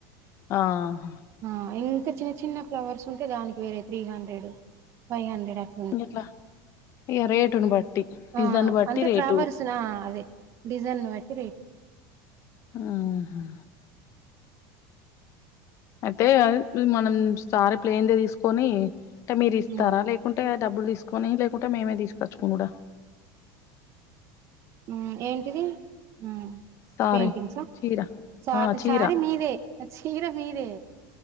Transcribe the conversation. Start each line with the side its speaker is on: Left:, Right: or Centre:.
Left: ఆహ్
Right: ఆ ఇంకా చిన్న చిన్న ఫ్లవర్స్ ఉంటే దాన్కి వేరే త్రీ హండ్రెడ్ ఫైవ్ హండ్రెడ్ అట్
Left: గట్లా ఇగ రేటుని బట్టి డిజన్
Right: ఆ!
Left: బట్టి
Right: అంటే
Left: రేటు
Right: ఫ్లవర్స్ ఆ అదే డిజైన్ వట్టి రేటు
Left: ఆహ్ ఆహ అయితే మనం
Right: హ్మ్.
Left: సారీ ప్లెన్ దే తీస్కొని అంటే మీరిస్తారా
Right: హ్మ్.
Left: లేక ఉంటే డబ్బులు తీస్కొని లేకుంటే మేమే తీస్కొచ్చుకునుడా
Right: ఉహ్ ఏంటిది ఊ
Left: సారీ
Right: పెయింటింగ్స
Left: చీర
Right: చాచారి
Left: ఆ చీర
Right: మీదే చీర మీదే